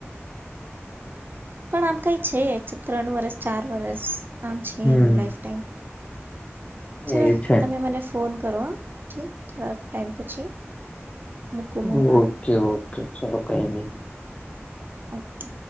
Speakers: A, on the right; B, on the left.
A: પણ આમ કંઈ છે જ ત્રણ વરસ ચાર વરસ આમ છે
B: હમ
A: એનું લાઈફ ટાઈમ. ચ
B: એ છે
A: તમે મને ફોન કરવા ઠીક થોડાક ટાઈમ પછી. મૂકું
B: ઓકે
A: હું હમણાં
B: ઓકે. શું તો કઈ નઈ.
A: ઓકે.